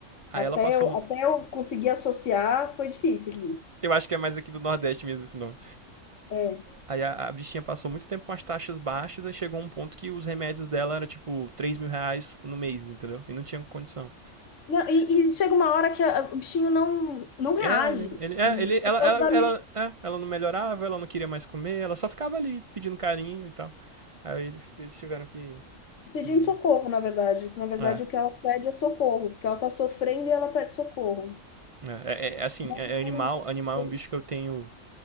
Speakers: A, on the right (about 45°); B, on the left (about 80°).
A: Aí
B: até
A: ela passou...
B: eu, até eu conseguir associar foi difícil aqui.
A: Eu acho que é mais aqui do Nordeste mesmo esse nome.
B: É.
A: Aí a, a bichinha passou muito tempo com as taxas baixas, aí chegou um ponto que os remédios dela eram tipo três mil reais no mês, entendeu? E não tinha condição.
B: Não, e, e chega uma hora que a- o bichinho não, não reage.
A: É, ele, ele, é,
B: Hum,
A: ele ela,
B: Você pode
A: ela,
B: estar
A: ela,
B: me
A: é, ela não melhorava, ela não queria mais comer, ela só ficava ali pedindo carinho e tal. Aí ele- eles tiveram que.
B: pedindo
A: que...
B: socorro, na verdade. que, Na verdade,
A: É,
B: o que ela pede é socorro, porque ela está sofrendo e ela pede socorro.
A: é, é, é, assim,
B: Pelo
A: é, é animal,
B: menos isso,
A: animal é um bicho que eu tenho